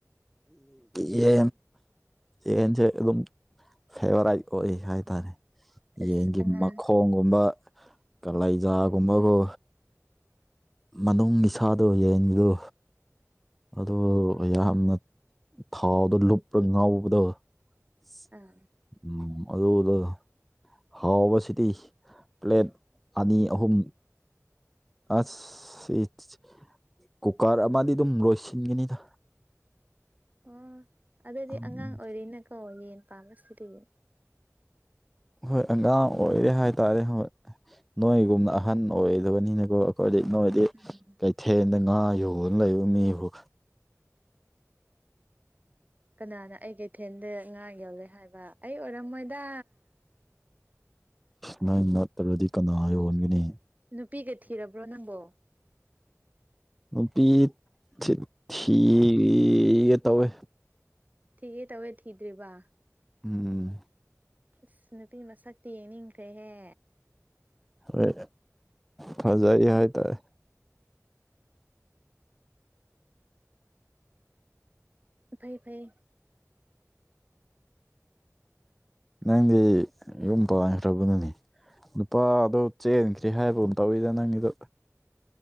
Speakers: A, in the centre; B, on the right.
A: ꯌꯤ ꯌꯦꯟ ꯖꯦ ꯑꯗꯨꯝ ꯐꯦꯕꯣꯔꯥꯏꯠ ꯑꯣꯏ ꯍꯥꯏꯇꯥꯔꯦ
B: ꯑꯁ
A: ꯌꯦꯟꯒꯤ
B: ꯑꯉꯥꯡ
A: ꯃꯈꯣꯡꯒꯨꯝꯕ ꯀꯂꯩꯖꯥꯒꯨꯝꯕꯒꯣ ꯃꯅꯨꯡꯒꯤ ꯁꯥꯥꯗꯣ ꯌꯦꯟꯗꯨ ꯑꯗꯨ ꯌꯥꯝꯅ ꯊꯥꯎꯗꯣ ꯂꯨꯞꯔ ꯉꯥꯎꯕꯗꯣ <unintelligible>
B: ꯑꯥ
A: ꯎꯝ ꯑꯗꯨꯗ ꯍꯥꯎꯕꯁꯤꯗꯤ ꯄ꯭ꯂꯦꯠ ꯑꯅꯤ ꯑꯍꯨꯝ ꯑꯁ <unintelligible> ꯀꯨꯀꯔ ꯑꯃꯗꯤꯗꯨꯝ ꯂꯣꯏꯁꯤꯟꯒꯅꯤꯗ
B: ꯑꯣ ꯑꯗꯨꯗꯤ
A: ꯎꯝ
B: ꯑꯉꯥꯡ ꯑꯣꯏꯔꯤꯅꯀꯣ ꯌꯦꯟ <unintelligible> ꯁꯤꯗꯒꯤ
A: ꯍꯣꯏ ꯑꯉꯥꯡ ꯑꯣꯏꯔꯤ ꯍꯥꯏꯇꯥꯔꯦ ꯍꯣꯏ ꯅꯣꯏꯒꯨꯝꯅ ꯑꯍꯟ ꯑꯣꯏꯗꯕꯅꯤꯅꯀꯣ ꯑꯩꯈꯣꯏꯗꯤ ꯅꯣꯏꯗꯤ
B: ꯎꯝ
A: ꯀꯩꯊꯦꯜꯗ ꯉꯥ ꯌꯣꯟ ꯂꯩꯕ ꯃꯤꯕꯨ
B: ꯀꯅꯥꯅ ꯑꯩ ꯀꯩꯊꯦꯜꯗ ꯉꯥ ꯌꯣꯂꯦ ꯍꯥꯏꯕ ꯑꯩ ꯑꯣꯏꯔꯝꯃꯣꯏꯗ
A: ꯅꯪ ꯅꯠꯇ꯭ꯔꯗꯤ ꯀꯅꯥ ꯌꯣꯟꯒꯅꯤ
B: ꯅꯨꯄꯤꯒ ꯊꯤꯔꯕ꯭ꯔꯣ ꯅꯪꯕꯣ
A: ꯅꯨꯄꯤ ꯆꯤꯠ ꯊꯤꯒꯦ ꯇꯧꯋꯦ
B: ꯊꯤꯒꯦ ꯇꯧꯋꯦ ꯊꯤꯗ꯭ꯔꯤꯕ
A: ꯎꯝ
B: ꯑꯁ ꯅꯨꯄꯤ ꯃꯁꯛꯇꯤ ꯌꯦꯡꯅꯤꯡꯈ꯭ꯔꯦꯍꯦ
A: ꯍꯣꯏ ꯐꯖꯩ ꯍꯥꯏꯇꯥꯏ
B: ꯐꯩ ꯐꯩ
A: ꯅꯪꯗꯤ ꯌꯨꯝ ꯄꯥꯟꯈ꯭ꯔꯕꯅꯅꯤ ꯅꯨꯄꯥꯗꯣ ꯆꯦꯟꯊ꯭ꯔꯤ ꯍꯥꯏꯕꯒꯨꯝ ꯇꯧꯋꯤꯗ ꯅꯪꯒꯤꯗꯣ